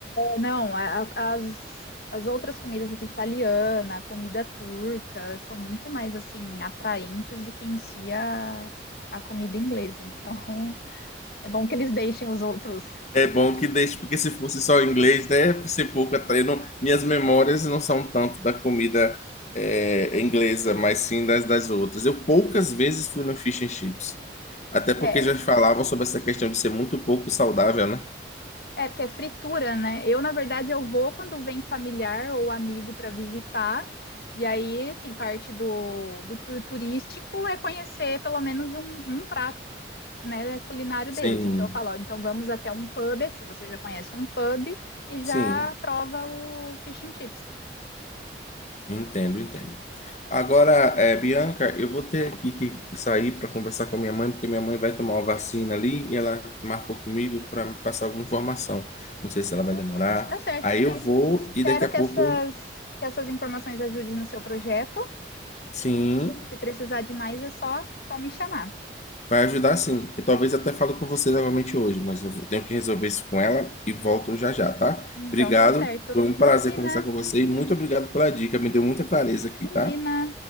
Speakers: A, on the left (about 60°); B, on the left (about 40°).
A: Não, a- a- as, as outras comidas, tipo italiana, comida turca, são muito mais assim atraentes do que em si a, a comida inglesa. Então, <laughs> é bom que eles deixem os outros.
B: É bom que deixe, porque se fosse só inglês, né, ser pouco até não, minhas memórias não são tanto da comida é, inglesa, mas sim das, das outras. Eu poucas vezes fui no fish and chips, até porque
A: É,
B: já falavam sobre essa questão de ser muito pouco saudável, né?
A: é porque é fritura, né? Eu, na verdade, eu vou quando vem familiar ou amigo para visitar. E aí, assim, parte do, do tour turístico é conhecer pelo menos um, um prato né, culinário
B: Sim,
A: deles. Então eu falo, ó, então vamos até um pub, se você já conhece um pub, e já
B: sim.
A: prova o fish and chips.
B: Entendo, entendo. Agora, eh, Bianca, eu vou ter aqui que sair para conversar com a minha mãe, porque minha mãe vai tomar uma vacina ali e ela marcou comigo para me passar alguma informação. Não sei se ela vai
A: Tá,
B: demorar.
A: tá certo.
B: Aí
A: E
B: eu
A: es-
B: vou
A: espero
B: e daqui a
A: que
B: pouco
A: essas,
B: eu...
A: que essas informações ajudem no seu projeto.
B: Sim,
A: Se precisar de mais, é só, só me chamar.
B: vai ajudar sim. Eu talvez até fale com você novamente hoje, mas eu vou- tenho que resolver isso com ela e volto já já, tá?
A: Então
B: Obrigado,
A: tá certo.
B: foi um
A: Imagina,
B: prazer conversar com você e muito obrigado pela dica, me deu muita clareza aqui,
A: imagina.
B: tá?